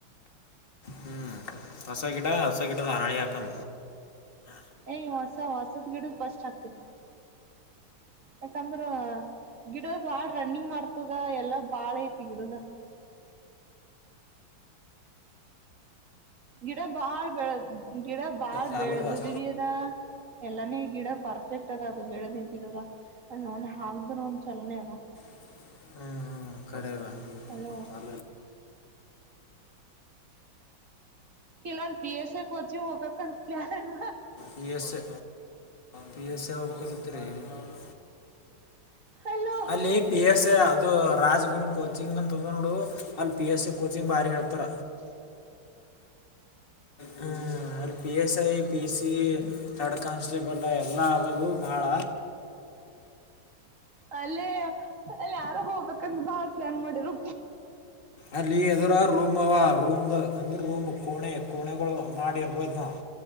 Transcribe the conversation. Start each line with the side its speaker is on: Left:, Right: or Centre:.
Left: ಹ್ಮ್ ಹೊಸ ಗಿಡ ಹೊಸ ಗಿಡ ಹಾಣೇಕ್ಕಂ.
Right: ಏ -ಹೊಸ ಹೊಸದ್ ಗಿಡ ಫಸ್ಟ್ ಹಾಕ್ತಿರಿ ಯಾಕಂದ್ರ. ಗಿಡದ ಬಾಳ್ ರನ್ನಿಂಗ್ ಮಾಡ್ತದ ಎಲ್ಲಾ ಬಾಳ ಐತಿ ಗಿಡುನ್ನ ಜ <unintelligible> ಡಾ ಬಹಾರ <unintelligible> ಬೆಳಡ ಬಹಾರ
Left: ಚಾಲು
Right: ಬೆಳ <unintelligible>
Left: ಬಾ
Right: ಎಲ್ಲಾನೇ ಗಿಡ ಪರ್ಫೆಕ್ಟ್ ಅದ ಅದು ಬೆಳೆದ ನಿಂತಿದದ ನ್ -ಹಾದ್ರ ಒಂದ ಚಲನೆ ಅದ.
Left: ಹ್ಮ್ ಹ್ಮ್ <unintelligible> ರವ
Right: ಅಲೋ ಕೆಲವೊಂದು P S A <unintelligible> ಹೋಗ್ಬೇಕುಂದ plan
Left: P S A P S A ಉಪಕಲ್ತರ <unintelligible>
Right: hello
Left: ಅಲ್ಲಿ ಪಿ ಎಸ್ ಎ ಅದು ರಾಜ್ಗುರು ಕೋಚಿಂಗ್ ಅಂತಂದ ನೋಡು ಅಲ್ಲಿ ಪಿ ಎಸ್ ಎ ಕೋಚಿಂಗ್ ಬಾರಿ ಹೇಳ್ತಾರ.
Right: ಹ ಸ <inaudible>
Left: ಹ್ಞೂ ಅಲ್ಲಿ P S I P C third constable ಎಲ್ಲ ಆದು ಬಾಳ.
Right: ಅಲ್ಲೇ ಅಲ್ಲಿ ಯಾರೋ ಹೋಗ್ಬೇಕಂದ್ರ ಬಾಳ ಪ್ಲಾನ್ ಮಾಡಿರು.
Left: ಅಲ್ಲಿ ಎದರು ರೂಮ್ವ ರೂಮ್ ಅಂದ್ರ ರೂಮ್ ಕೋಣೆ ಕೋಣೆಗಳು ಮಾಡಿರ್ಬೋದ್ ನಾವು,